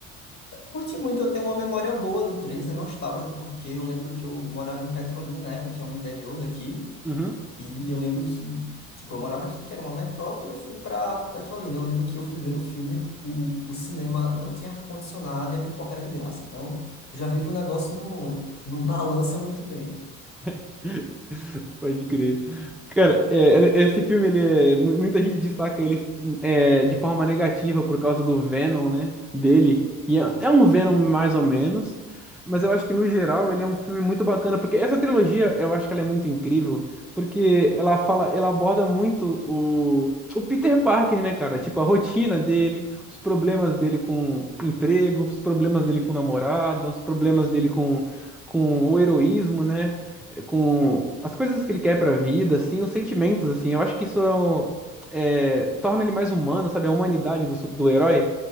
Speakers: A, on the left; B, in the centre.
A: Curti muito, eu tenho uma memória boa do três é nostálgico, porque eu lembro que eu morava em Petrolina na época, que é um interior daqui,
B: Uhum.
A: e eu lembro que, tipo, eu morava aqui, que era uma metrópole, e fui pra Petrolina. Eu lembro que eu fui ver no filme, o, o cinema não tinha ar-condicionado e a pipoca era de graça. Então, tu já vê que o negócio não, não balança muito bem.
B: <laughs> Pode crer. Cara, é, ele- esse filme, ele é- mu- muita gente destaca ele é, de forma negativa por causa do Venom, né? Dele, que é, é um Venom mais ou menos, mas eu acho que no geral ele é um filme muito bacana, porque essa trilogia eu acho que ela é muito incrível, porque ela fala, ela aborda muito o, o Peter Parker, né, cara? Tipo, a rotina dele, os problemas dele com emprego, os problemas dele com namorada, os problemas dele com, com o heroísmo, né? é, com as coisas que ele quer pra vida, assim, os sentimentos, assim. Eu acho que isso é, um- é, torna ele mais humano, sabe? A humanidade do, su- do herói.